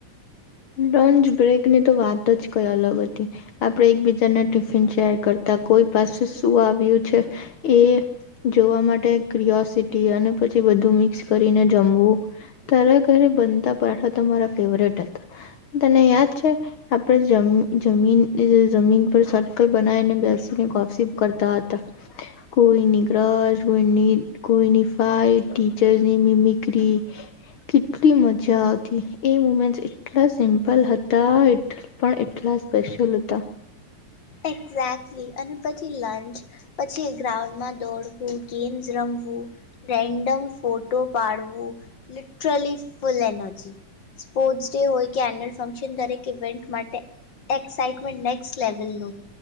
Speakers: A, on the left; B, on the left.
A: લંચ બ્રેકની તો વાત જ કઈ અલગ હતી આપડ એકબીજાના ટિફિન શેર કરતા કોઈ પાસે શું આવ્યું છે એ જોવા માટે ક્રિયોસિટી અને પછી બધું મિક્સ કરીને જમવું તરે ઘરે બનતા પાઠા તમારા ફેવરેટ. તને યાદ છે આપણેીન જમીન પર સર્કલ બનાવીને બેસીને કો કરતા હતા કોઈની ર્રસ કોઈની કોઈની ફટ ટીચસની મિમિકરી કેટલી મજા આવતી એ મુમેન્ટ. એટલા સિમ્પલ હતા પણ એટલા સ્પેશિયલ હતા.
B: એક્ઝેક્ટલી અને પછી લંચ પછી ગ્રાઉન્ડમાં દોડવું ગેમ્સ રમવું રેન્ડમ ફોટો પાડવું literally full energy sports day હોય કે એન્યુઅલ ફંક્શન દરેક ઇવેન્ટ માટે એક્સઇટમેન્ટ નેક્સ્ટ લેવલનું.